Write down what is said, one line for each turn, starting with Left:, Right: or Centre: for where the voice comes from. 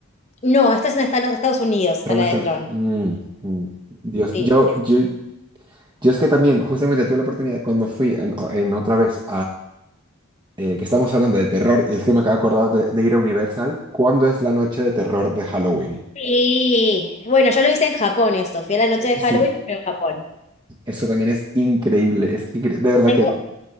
Left: No, esta es en Estados Estados Unidos, está
Right: Tron
Left: la
Right: está...
Left: de
Right: en-
Left: Tron.
Right: Mm, mm. Dios,
Left: Sí.
Right: yo, yo, yo es que también justamente tuve la oportunidad cuando fui en, en otra vez eh, que estamos hablando de terror, y es que me acabo de acordar de, de ir a Universal, ¿cuándo es la noche de terror de Halloween?
Left: Sí, bueno, yo lo hice en Japón eso, fui a la noche
Right: Eh,
Left: de Halloween,
Right: sí,
Left: pero en Japón.
Right: eso también es increíble, es incre- de verdad
Left: Tengo
Right: que